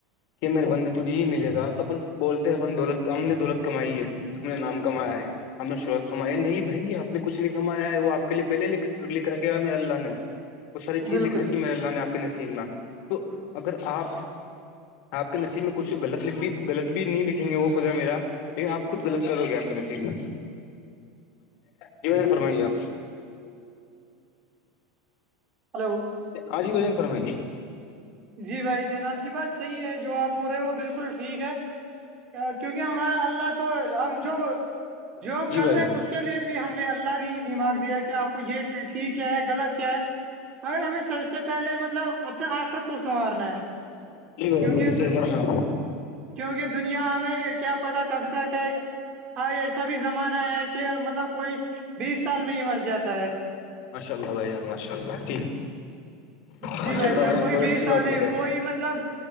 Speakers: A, on the left; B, on the right.
A: کہ میرے بندے تجے ہی ملے گا تو اپن بولتے ہیں اپن دولت ہم نے دولت کمائی ہے ہم نے نام کمایا ہے ہمپ نے شروعت کمائی ہے نہیں بھائی آپ نے کچھ نہیں کمایا ہے وہ آپ کے لیے پہلے لکھ رکھے مے اللہ نے وہ ساری چیز
B: بالکل
A: لکھ رکھی م اللہ نے آپ کے نصیب میں تو اگر آپ آپ کے نصیب میں کچھغط غط بھی نہیں لکھیں گے وہ خدا میرا لیکن آپ خود غلط کرو گے آپ کے نصیب میں ج فرمائیے آپ
B: ہلو
A: آج ہی وجن فرمائیے
B: جی بھائی جنا آب کی بات صحیح ہے جو آپ ہو رہے وہ بالکل ٹھیک ہے کیونکہ ہمارا اللہ تو ہم جو جووم
A: جی
B: کر
A: بھائی
B: رہے
A: جان
B: اس اس کے لیے بھی ہم نے اللہ نے نماگ دیا کہ آپ کو یہ ٹھیک کیا ہے غلط کیا ہے اگر ہمیں سب سے پہلے مطلب اپنے آخرت کو سنوارنا ہے
A: جی بھائی جان
B: کیونکہ
A: بالکل صحیح
B: تو
A: فرمایا آپ۔
B: کیونکہ دنیا ہمیں کیا پتا کب تک ہے ہاں ایسا بھی زمانہ ہے کہ مطلب کوئی بیس سال میں ہی مر جاتا ہے
A: ماشا اللہ بھان ماشاء اللہ ماشاء
B: جی بھائی
A: اللہ
B: جاں
A: جان
B: کوئی
A: بہت اچھی
B: بیس سال
A: بات
B: میں
A: بولے آپ
B: کوئی
A: نے۔
B: مطلب